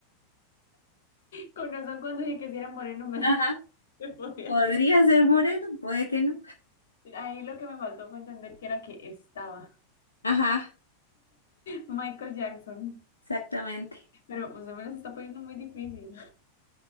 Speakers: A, on the left (about 60°); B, on the left (about 75°).
A: Con razón cuando dije que si era moreno me,
B: Ajá,
A: <laughs> me podía
B: Podría
A: decir.
B: ser Moreno, puede que no.
A: Ahí lo que me faltó fue entender que era que estaba
B: ajá.
A: Michael Jackson.
B: Exactamente.
A: Pero usted me las está poniendo muy difícil.